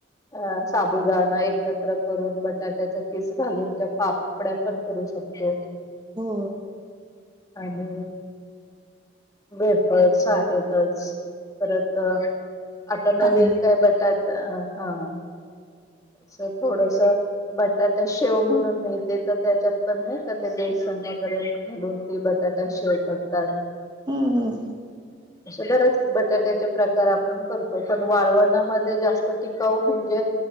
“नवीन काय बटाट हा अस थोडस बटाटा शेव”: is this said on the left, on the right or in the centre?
Left